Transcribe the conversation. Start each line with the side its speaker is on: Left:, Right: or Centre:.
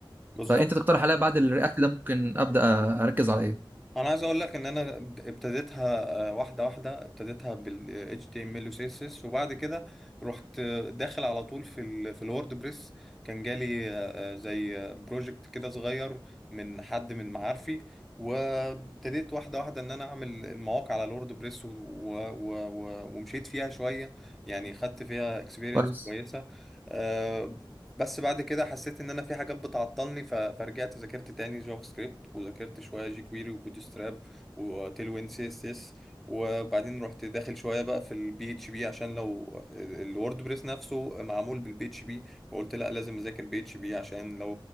Centre: بالظبط
Right: فانت تقترح عليا بعد الرياكت ده ممكن ابدا اركز على ايه
Centre: انا عايز اقول لك ان انا ابتديتها آه، واحده واحده ابتديتها بال HTML و CSS وبعد كده رحت آه، داخل على طول في ال في الووردبريس كان جالي آه، آه، زي بروجكت كده صغير من حد من معارفي وابتديت واحده واحده ان انا اعمل المواقع على الووردبريس و- و- و- و- ومشيت فيها شويه يعني خدت فيها اكسبيرينس
Right: كويس
Centre: كويسه آه، بس بعد كده حسيت ان انا في حاجات بتعطلني ف... فرجعت ذاكرت تاني جافا سكريبت وذاكرت شويه جي كويري وبوتستراب وتيلوين سي اس اس وبعدين رحت داخل شويه بقى في البي اتش بي عشان لو الورد بريس نفسه معمول بالبي اتش بي فقلت لا لازم اذاكر بي اتش بي عشان لو